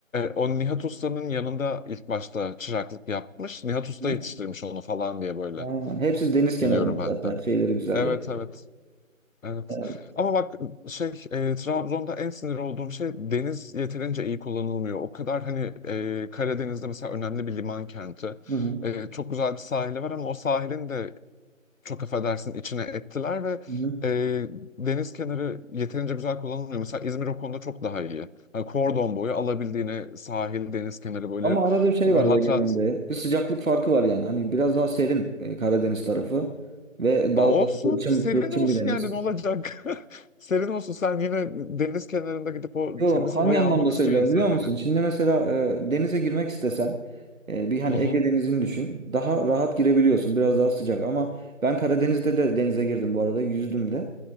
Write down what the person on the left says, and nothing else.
o Nihat Usta'nın yanında ilk başta çıraklık yapmış. Nihat Usta
yetiştirmiş onu falan diye böyle
biliyorum ben
de.
Evet
evet. Evet.
Ama bak şey e, Trabzon'da en sinir olduğum şey deniz yeterince iyi kullanılmıyor. O kadar hani e, Karadeniz'de mesela önemli bir liman kenti.
E, çok güzel bir sahili var ama o sahilin de çok affedersin içine ettiler ve
e, deniz kenarı yeterince güzel kullanılmıyor. Mesela İzmir o konuda çok daha iyi. Hani kordon boyu alabildiğine sahil, deniz kenarı böyle
rahat
rahat
Aa,
olsun,
serin
olsun
yani ne olacak? <laughs> Serin olsun sen yine deniz kenarında gidip o
temiz
havayı
almak
istiyor insan
yani.
Hı hı,